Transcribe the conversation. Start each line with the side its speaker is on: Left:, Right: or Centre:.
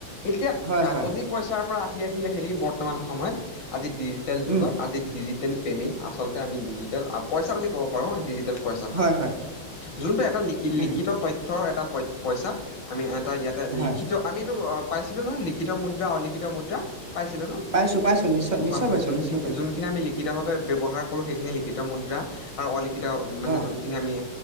Left: এতিয়া
Right: হয়
Left: কাগজি-
Right: হয়
Left: পইচাৰ পৰা আহি আহি আহি বৰ্তমান সময়ত আজি ডিজিটেল যুগত
Right: উম
Left: আজি ডিজিটেল পেমেণ্ট- আচলতে আমি ডিজিটেল পইচা বুলি ক'ব পাৰোঁ ডিজিটেল- পইচা
Right: হয় হয়
Left: জোনটো এটা লিখিত
Right: উম
Left: তথ্যৰ এটা পইচা আমি এটা ইয়াত-
Right: হয়
Left: লিখিত আমি এইটো অ পাইছিলো নহয় লিখিত মুদ্ৰা অলিখিত মুদ্ৰা। পাইছিলো ন?
Right: পাইছোঁ পাইছোঁ নিশ্চয় নিশ্চয়
Left: হয় হয়,
Right: পাইছোঁ
Left: যোনখিনি
Right: নিশ্চয় পাইছোঁ
Left: যোনখিনি আমি লিখিতভাৱে- ব্যৱহাৰ কৰো সেইখিনি লিখিত মুদ্ৰা আৰু অলিখিত মানে
Right: অঁ
Left: জোন- খিনি আমি